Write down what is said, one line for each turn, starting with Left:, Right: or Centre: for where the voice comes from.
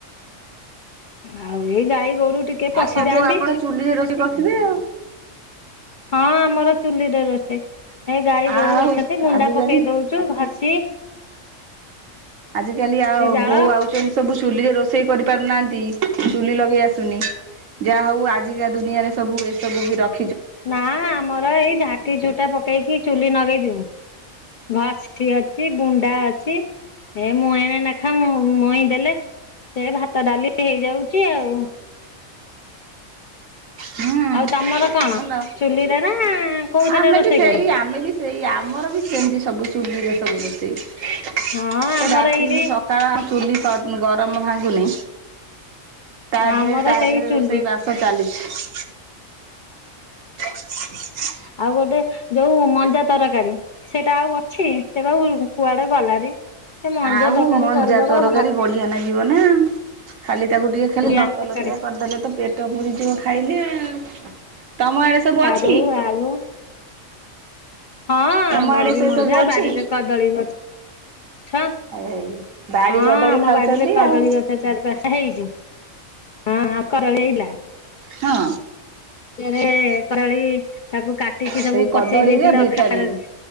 Left: ଆଉ ଏଇ ଗାଈ ଗୋରୁ ଟିକେ ପଶିଯାଆନ୍ତି
Right: ଆଉ ସବୁ ଆପଣ ଚୁଲିରେ ରୋଷେଇ କରିଥିବେ ଆଉ।
Left: ହଁ ଆମର ଚୁଲିରେ ରୋଷେଇ ଏ ଗାଈ ଗୋରୁ
Right: ଆଉ
Left: ଅଛନ୍ତି ଗୁଣ୍ଡା
Right: ଆଜିକାଲି
Left: ପକେଇ ଦଉଚୁ। <unintelligible>
Right: ଆଜିକାଲି ଆଉ
Left: ଜାଳ
Right: ବୋହୂ ଆଉ <unintelligible> ସବୁ ଚୁଲିରେ ରୋଷେଇ କରିପାରୁନାହାନ୍ତି ଚୁଲି ଲଗେଇ ଆସୁନି। ଯାହା ହଉ ଆଜିକା ଦୁନିଆରେ ସବୁ ଏସବୁ ବି ରଖି
Left: ନା ଆମର ଏଇ ଝାଟି ଝୋଟା ପକେଇକି ଚୁଲି ନଗେଇ ଦଉ। ଘଷିକ୍ ଅଛି ଗୁଣ୍ଡା ଅଛି। ଏ ମୁଁ ଏଣେ ନେଖା ମୁଁ ମଇଁ ଦେଲେ ସେ ଭାତ ଡାଲି ହେଇଯାଉଛି ଆଉ।
Right: ହୁଁ।
Left: ଆଉ ତମର କଣ
Right: ଭଲ
Left: ଚୁଲିରେ ନା କୋଉଥିରେ
Right: ଆମେ
Left: ରୋଷେଇ
Right: ବି ସେଇ
Left: କରିବ।
Right: ଆମେ ବି ସେଇ ଆମର ବି ସେମିତି ସବୁ ଚୁଲିରେ ସବୁ ରୋଷେଇ।
Left: ହଁ ଆମର
Right: ଏ ରାତିରୁ
Left: ଏଇଠି
Right: ସକାଳ ଆଉ ଚୁଲି ଗରମ ଭାଙ୍ଗୁନି। ତା
Left: ଆମର
Right: ଦେହରେ ତା
Left: ସେଇ
Right: ଦେହରେ
Left: ଚୁଲି
Right: ରୋଷେଇ ବାସ ଚାଲିଛି। <inaudible>
Left: ଆଉ ଗୋଟେ ଯୋଉ ମଞ୍ଜା ତରକାରୀ। ସେଟା ଆଉ ଅଛି ସେ ବା କୁଆଡେ ଗଲାଣି। ସେ ମଞ୍ଜା
Right: ଆଉ
Left: ତରକାରୀ
Right: ମଞ୍ଜା
Left: କରିଦବ
Right: ତରକାରୀ
Left: ଭାତ
Right: ବଢିଆ ଲାଗିବ ନା ଖାଲି ତାକୁ ଟିକେ ଖାଲି
Left: ତରକାରୀ
Right: ଲତ ଲତିଆ କରିଦେଲେ ତ ପେଟ ପୁରିଯିବ ଖାଇଲେ ଆଉ ତମ ଆଡେ ସବୁ ଅଛି।
Left: ଦୁ ଆଳୁ। ହଁ
Right: ତମ
Left: ଆମର
Right: ଆଡେ
Left: ବି
Right: ସେ
Left: ମଜା
Right: ସବୁ ଅଛି?
Left: ବାରିରେ କଦଳୀ ବି ଅଛି। ଛ
Right: ଏଇ ବାଡି
Left: ହଁ
Right: କଦଳୀ
Left: ଆମ
Right: ଖାଉଛନ୍ତି
Left: ବାଡିରେ କଦଳୀ
Right: ଆଉ।
Left: ଗଛ। ଚାରି ପାଞ୍ଚ ଟା ହେଇଛି ହଁ ଆଉ। <unintelligible>
Right: ହଁ।
Left: <unintelligible> କାଟିକି
Right: ସେଇ
Left: ସବୁ
Right: କଦଳୀରେ
Left: ପଚେଇ ଦେଇଥିଲେ
Right: ଭିଟାମିିନ
Left: ଅଖାରରେ